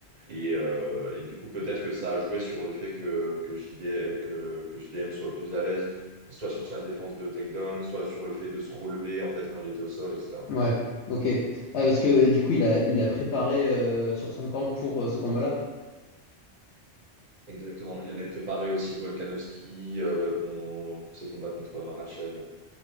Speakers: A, on the right; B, on the left.
A: Et, euh, et du coup, peut-être que ça a joué sur le fait que, que, JD que, que JDM soit plus à l'aise, soit sur sa défense de takedown, soit sur le fait de se relever en fait quand il était au sol, etc.
B: Ouais, ok. Ah, parce que du coup, il a, il a préparé euh, sur son camp pour euh, ce combat-là.
A: Exactement. Il avait préparé aussi Volkanovski euh, qu'on- pour ses combats contre Marachev.